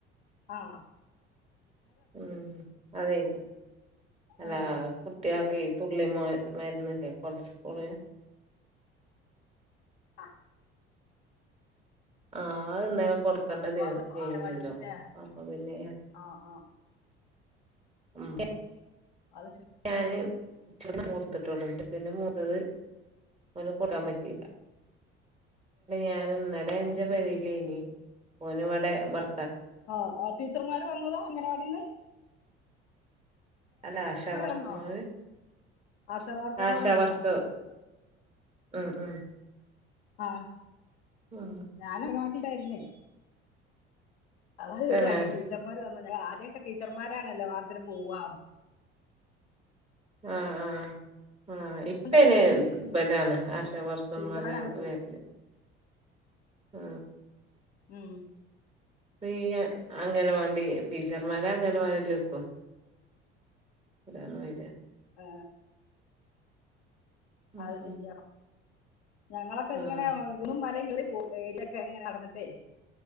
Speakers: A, on the left (about 65°); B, on the right (about 20°).
A: അഹ്
B: ഉം അതെ അതാ
A: ആ
B: ലാർക്കും കുട്ടിയക്കി തുള്ളി മരുന്നല്ലേ പൾസ് പോലെ
A: ആ
B: ആ ഇന്നേനെ കൊടുക്കേണ്ട
A: അപ്പൊ
B: ദിവസം
A: അത്
B: കഴിഞ്ഞാലോ
A: അംഗനവാടിയിലത്തെ
B: അപ്പൊ പിന്നെ
A: ആ ആ ആ
B: ഹ്മ്മ്
A: അത് ശ-
B: ഞാന് ഇച്ചിരി കൊടുത്തിട്ടുള്ളു പിന്നെ മുത്തത് അത് കൊടുക്കാൻ പറ്റിയില്ല ഞാൻ ഇന്നലെ എന്റെ
A: അത് ശരി
B: പേരയിലെനി ഓൻ ഇവിടെ ഭർ
A: ആ അ ടീച്ചർമാര് വന്നതാ അങ്ങനവാടിന്ന്
B: അല്ല ആശ വർക്കാർ
A: വന്നോ
B: മാര്
A: ആശാ വർക്കർമാർ
B: ആശ
A: വന്നോ
B: വർക്ക് ഉം ഉം
A: അഹ്
B: ഉം
A: ഞാൻ അംഗനവാടിലായിരുന്നെ അതാ
B: തന്നെ
A: ചോയ്ച്ച ടീച്ചറ്മാര് വന്ന് ആദ്യൊക്കെ ടീച്ചർമാരാണല്ലോ വാർത്തിന് പോവാം
B: ആ ആഹ് ആഹ് ഇപ്പനെ
A: അന്തരേ
B: വരാണ് ആശ വർക്കും
A: ടീച്ചർമാരാണ്
B: മലയാ
A: പോ
B: <unintelligible> ആ
A: ഉം
B: പ്രീ അങ്ങനവാടി ടീച്ചർമാരെ അംഗനവാടിലിക്കും <unintelligible>
A: ആ
B: ഉം
A: അത് ശരിയാണ് ഞങ്ങളൊക്കെ
B: ആഹ്
A: ഇങ്ങനെ കുന്നും മലയും കയറി പോ ഏരിയൊക്കെ എങ്ങനെ നടന്നിട്ടെ